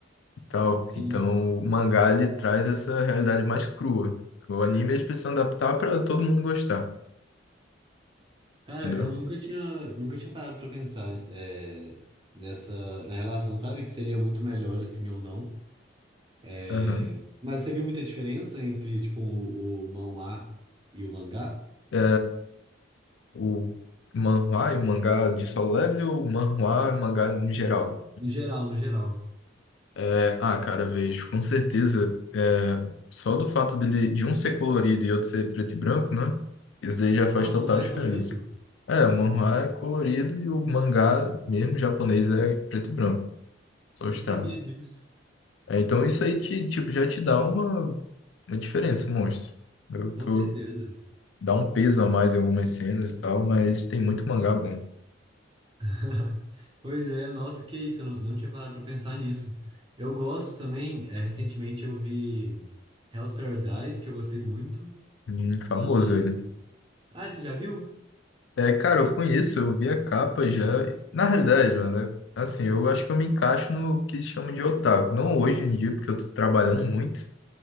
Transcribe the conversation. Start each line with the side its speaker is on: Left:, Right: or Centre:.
Left: e tal.
Right: sim.
Left: Então o mangá ele traz essa realidade mais crua. O anime eles precisam adaptar pra todo mundo gostar,
Right: Cara,
Left: entendeu?
Right: eu nunca tinha, nunca tinha parado pra pensar é, nessa na relação, sabe? Que seria muito melhor assim ou não. É,
Left: Aham.
Right: Mas você viu muita diferença entre, tipo, o, o manhwa e o mangá?
Left: é, o manhwa e mangá de Solo Leveling ou manhwa e mangá no geral?
Right: No geral, no geral.
Left: É, ah, cara, vejo, com certeza. é, só do fato dele, de um ser colorido e outro ser preto e branco, né? Isso daí já faz
Right: Ah, o
Left: total
Right: manhwa
Left: diferença.
Right: é colorido?
Left: É, o manhwa é colorido e o mangá mesmo japonês é preto e branco, só
Right: Eu não
Left: os
Right: sabia
Left: traços.
Right: disso.
Left: É, então isso aí te, tipo, já te dá uma, uma diferença, um monstro. Eu
Right: Com
Left: tô,
Right: certeza.
Left: dá um peso a mais em algumas cenas e tal, mas tem muito mangá bom.
Right: <laughs> Pois é, nossa, que isso, eu não, não tinha parado pra pensar nisso. Eu gosto também, é, recentemente eu vi Hell's Paradise, que eu gostei muito.
Left: Hum, famoso
Right: E.
Left: ele.
Right: Ah, você já viu?
Left: É, cara, eu conheço, eu vi a capa já. Na realidade, mano, né? Assim, eu acho que eu me encaixo no que chamam de otaku. Não hoje em dia, porque eu tô trabalhando muito,